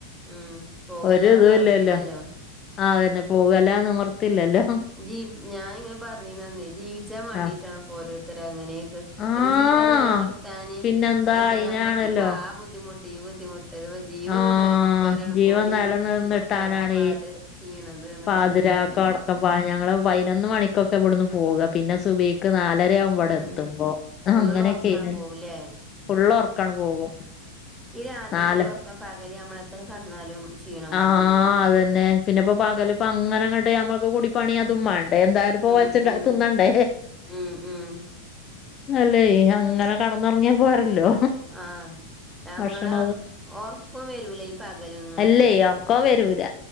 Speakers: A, in the centre; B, on the left.
A: ഉം പോകല്ലാതെ
B: ഒരുതുല്ലല്ലോ
A: നിവർത്തില്ലല്ലോ
B: ആതന്നെ പോവലാന്നും നിർത്തില്ലല്ലോ
A: ജീ ഞാന് ഇങ്ങനെ പറഞ്ഞീനന്നെ ജീവി ചാൻ മാണ്ടിട്ടാണ്
B: ആഹ്
A: ഇപ്പോ ഓരോരുത്തർ അങ്ങനെയൊക്കെ
B: ആഹ്
A: ഒരു ജീവൻ നിലനിർത്താന്
B: പിന്നെന്താ അയിനാണല്ലോ
A: നമ്മക്കിപ്പോ ബുദ്ധിമുട്ട് ഈ ബുദ്ധിമുട്ട് ഇത് ജീവം
B: ആഹ്
A: ഒന്നും നിലനിൽക്കാനാണ്
B: ജീവൻ
A: പോലെ
B: നിലനിർന്നിട്ടാനാണ്
A: ഈ പെടാ പാട്
B: ഈ
A: ചെയ്യ്ണത് എന്നൊക്കെ
B: പാതിരാക്ക്
A: അങ്ങനെ പറഞ്ഞീന്നു
B: അടക്കം ഞങ്ങള് പതിനൊന്ന് മണിക്കൊക്കെ ഇവിടുന്ന് പോവുക പിന്നെ സുബഹി ക്ക് നാലരയാവുമ്പോവിടെ
A: ഉം
B: എത്തുമ്പോ
A: ഫുള്ള്
B: അങ്ങനെയൊക്കെയിനിം
A: ഉറക്കാണ് പോവുല്ലേ
B: ഫുള്ള് ഒർക്കം പോകും
A: ഈ രാത്രിക്കില്ല
B: നാല്
A: ഉറക്കം പകല് നമ്മള് എത്ര കടന്നാലും ക്ഷീണം
B: ആ
A: മാറൂല
B: അതന്നെ പിന്നെപ്പൊ പകല ഇപ്പ അങ്ങനെ അങ്ങട്ടെ നമ്മക്ക് കുടിപ്പണി അതും വേണ്ടെ എന്തായാലുംപ്പൊ
A: ഉം
B: വെച്ച
A: ഉം
B: തിന്നണ്ടേ
A: ഉം ഉം
B: അല്ലെ അങ്ങനെ കെടന്നൊറങ്ങിയാ പോരല്ലോ
A: ആഹ് ഞങ്ങള്
B: ഭക്ഷണ
A: ഒർക്കും വരൂലേ പകലൊന്നും
B: അല്ലേ ഒറക്കം വരൂല